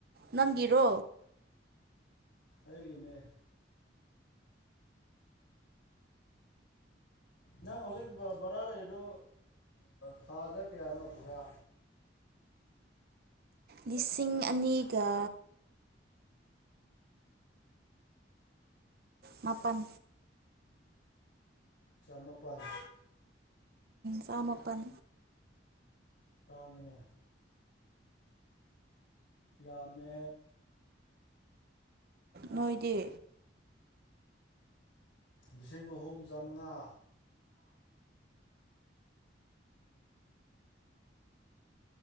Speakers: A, on the right; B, on the left.
A: ꯅꯪꯒꯤꯔꯣ
B: ꯑꯩꯒꯤꯅꯦ ꯅꯪ ꯍꯧꯖꯤꯛ ꯕꯔꯥ ꯂꯩꯔꯤꯗ ꯊꯥꯗ ꯀꯌꯥꯅꯣ ꯄꯩꯁꯥ
A: ꯂꯤꯁꯤꯡ ꯑꯅꯤꯒ ꯃꯥꯄꯜ
B: ꯆꯃꯥꯄꯜ
A: ꯆꯥꯃꯄꯟ
B: ꯇꯥꯡꯅ ꯌꯥ ꯃ
A: ꯅꯣꯏꯗꯤ
B: ꯂꯤꯁꯤꯡ ꯑꯍꯨꯝ ꯆꯥꯃꯉꯥ